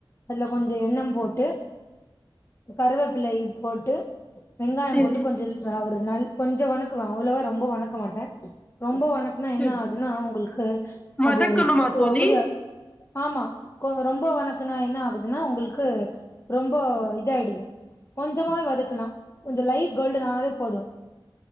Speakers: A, on the left; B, on the left.
A: அதுல கொஞ்சோ எண்ணம் போட்டு கருவேப்பிலை போட்டு வெங்காயம்
B: செரி
A: போட்டு கொஞ்சோ <unintelligible> ஒரு நாள் கொஞ்சோ வணக்குவ அவ்ளவா ரொம்போ வணக்க மாட்ட ரொம்போ வணக்குனா
B: செரி
A: என்ன ஆகுதுன்னா உங்களுக்கு
B: வதக்கணுமா
A: அது ஸ் <unintelligible>
B: தோழி
A: ஆமா கொ ரொம்போ வணக்குனா என்ன ஆகுதுன்னா உங்களுக்கு ரொம்போ இதாயிடுது கொஞ்சமாவே வதக்குனா கொஞ்சோ லைட் கோல்டன்னா ஆனாவே போது